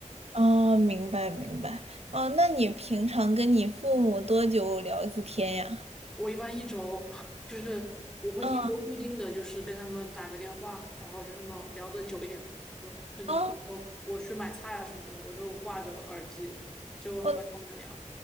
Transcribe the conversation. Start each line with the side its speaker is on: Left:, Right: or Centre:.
Right: 哦，明白明白。哦，那你平常跟你父母多久聊一次天呀？
Centre: 我一般一周 <laughs> 就是我会一周固定的就是跟他们打个电话，
Right: 嗯，
Centre: 然后就是那种聊得久一点，就可能比如说我去买菜啊什么的，
Right: 哦，
Centre: 我就挂着耳机就和他们聊。
Right: 哦，